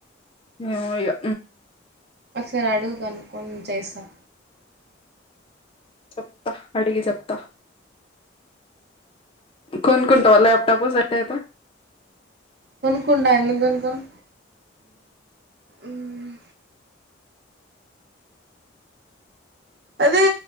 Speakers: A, on the left; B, on the right.
A: మాములుగా
B: ఒకసారి అడుగు కనుక్కొని చేసా
A: చెప్త అడిగి చెప్త కొనుకుంటావా ల్యాప్టాప్ సెట్ అయితే
B: కొనుకుంట ఎందుకు కొనుకోను మ్ అదే